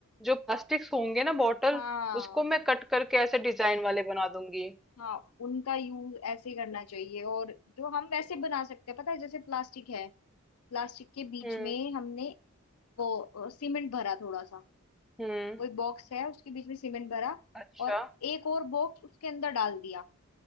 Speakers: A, in the centre; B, on the left (about 80°).
A: जो प्लास्टिक्स होंगे ना बॉटल
B: हाँ
A: उसको मैं कट करके ऐसे डिजाइन वाले बना दूंगी
B: हाँ उनका यूज ऐसे ही करना चाहिए और जो हम वैसे बना सकते हैं पता है जैसे प्लास्टिक है प्लास्टिक के बीच
A: हम्म
B: में हमने वो अ, सीमेंट भरा थोड़ा सा
A: हम्म
B: वो एक बॉक्स है उसके बीच में सीमेंट भरा
A: अच्छा
B: और एक और बॉक्स उसके अंदर डाल दिया